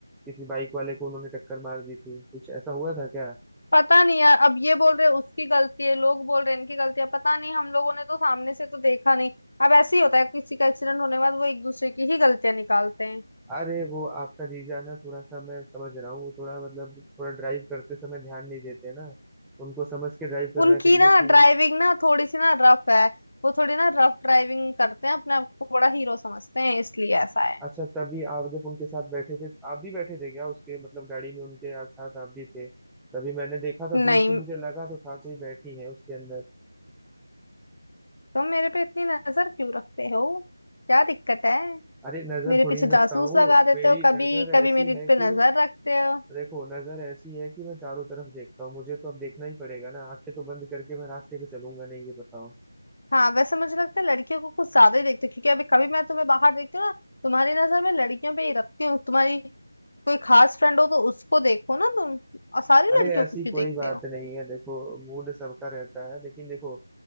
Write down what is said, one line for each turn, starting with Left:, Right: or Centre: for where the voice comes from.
Centre: किसी बाइक वाले को उन्होंने टक्कर मार दी थी कुछ ऐसा हुआ था क्या?
Left: पता नहीं यार अब ये बोल रहे हैं उसकी गलती है लोग बोल रहे हैं इनकी गलती है पता नहीं हम लोगों ने तो सामने से तो देखा नहीं अब ऐसे ही होता है किसी का एक्सीडेंट होने के बाद वो एक दूसरे की ही गलतियां निकालते हैं
Centre: अरे वो आपका जीजा ना थोड़ा सा मैं समझ रहा हूँ वो थोड़ा मतलब थोड़ा ड्राइव करते समय ध्यान नहीं देते ना उनको समझ के ड्राइव करना
Left: उनकी
Centre: चाहिए
Left: ना
Centre: कि
Left: ड्राइविंग ना थोड़ी सी ना रफ है वो थोड़ी ना रफ ड्राइविंग करते हैं अपने आप को बड़ा हीरो समझते हैं इसलिए ऐसा है
Centre: अच्छा तभी आप जब उनके साथ बैठे थे आप भी बैठे थे क्या उसके मतलब गाड़ी में उनके आ- साथ आप भी थे तभी मैंने देखा था
Left: नहीं
Centre: दूर से मुझे लगा तो था कोई बैठी है उसके अंदर
Left: तुम मेरे पे इतनी नजर क्यों रखते हो क्या दिक्कत है
Centre: अरे नजर
Left: मेरे
Centre: थोड़ी
Left: पीछे
Centre: ना रखता
Left: जासूस
Centre: हूँ
Left: लगा देते
Centre: मेरी
Left: हो कभी
Centre: नजर
Left: कभी
Centre: ऐसी
Left: मेरे
Centre: है कि
Left: पे नजर रखते हो
Centre: देखो नजर ऐसी है कि मैं चारों तरफ देखता हूँ मुझे तो अब देखना ही पड़ेगा ना आंखें तो बंद करके मैं रास्ते पे चलूंगा नहीं ये बताओ
Left: हाँ वैसे मुझे लगता है लड़कियों को कुछ ज्यादा ही देखते हो क्योंकि अभी कभी मैं तुम्हें बाहर देखती हूँ ना तुम्हारी नजर में लड़कियों पे ही रखती हूँ तुम्हारी कोई खास फ्रेंड हो तो उसको देखो ना तुम और सारी
Centre: अरे
Left: लड़कियों
Centre: ऐसी
Left: को क्यों
Centre: कोई
Left: देखते
Centre: बात
Left: हो
Centre: नहीं है देखो मूड सबका रहता है लेकिन देखो